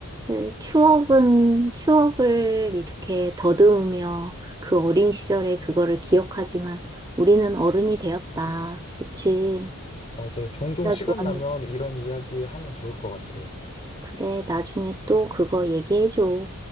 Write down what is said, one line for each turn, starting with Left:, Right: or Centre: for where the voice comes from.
Right: 그 추억은, 추억을 이렇게 더듬으며 그 어린 시절에 그거를 기억하지만 우리는 어른이 되었다. 그치?
Left: 맞아요. 종종
Right: 나
Left: 시간
Right: 좋아하는,
Left: 나면 이런 이야기 하면 좋을 것 같아요.
Right: 그래, 나중에 또 그거 얘기해줘.